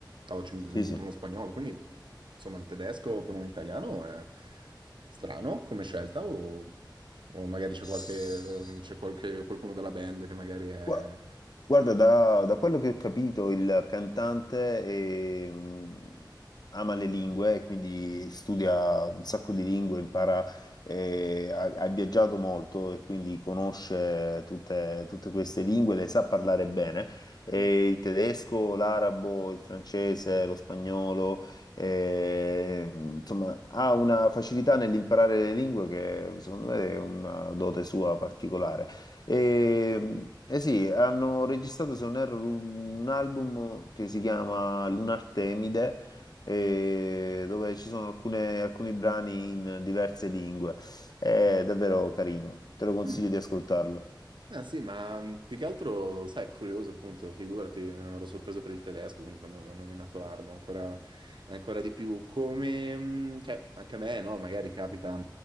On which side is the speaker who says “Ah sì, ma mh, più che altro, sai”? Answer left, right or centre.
Right